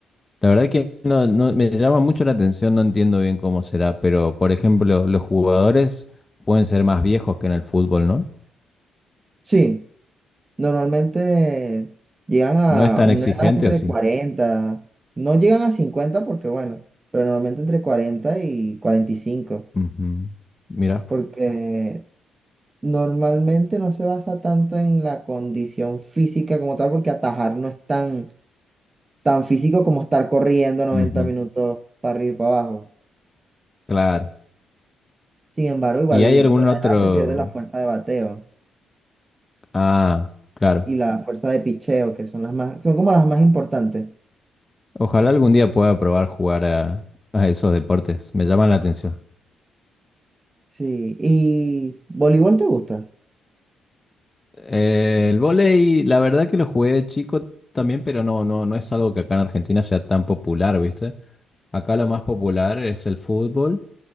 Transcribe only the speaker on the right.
Sí. Normalmente llegan a
una
edad entre
cuarenta no llegan a 50 porque bueno, pero normalmente entre 40 y 45
porque normalmente no se basa tanto en la condición física como tal, porque atajar no es tan, tan físico como estar corriendo noventa
minutos para arriba y para abajo.
Sin embargo, igual
con la
edad se pierde la fuerza de bateo
y la fuerza de picheo, que son las más, son como las más importantes.
Sí, ¿y voleibol te gusta?